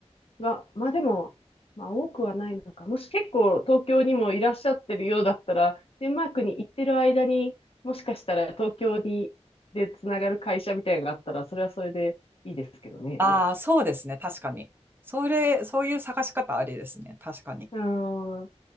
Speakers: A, on the left (about 55°); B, on the right (about 20°).
A: が、まあでも、まあ多くはないのか。もし結構東京にもいらっしゃってるようだったら、デンマークに行ってる間にもしかしたら東京にでつながる会社みたいなのがあったら、それはそれでいいですけどね。
B: ああ、そうですね。確かに。それ、そういう探し方ありですね。確かに。
A: うーん、